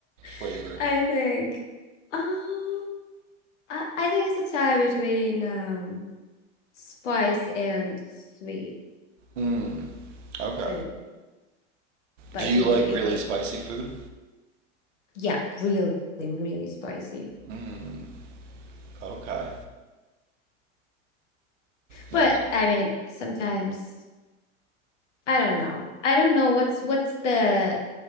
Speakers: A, on the right; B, on the left.
A: flavor?
B: <laughs> I think. oh I, I think it's a tie between um spice and sweet
A: Mm, okay.
B: food, spicy
A: Do you
B: and
A: like
B: sweet
A: really
B: food.
A: spicy food?
B: Yeah, really, really spicy.
A: Mm, okay. Nice.
B: But I mean, sometimes I don't know. I don't know what's what's the